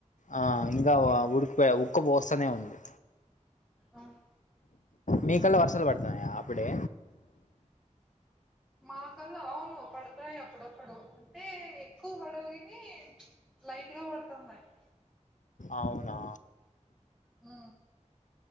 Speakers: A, on the left (about 80°); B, in the centre.
A: ఆ ఇంకా ఉడికిపోయ ఉక్కపోస్తనే ఉంటుది
B: ఆ
A: మీ కల్లా వర్షాలు పడుతున్నాయా అప్పుడే
B: మాక ల్లా అవును పడతాయి అప్పుడప్పుడు అంటే ఎక్కువ పడవు కాని లైట్ గా పడుతాంది అండి
A: అవునా
B: హ్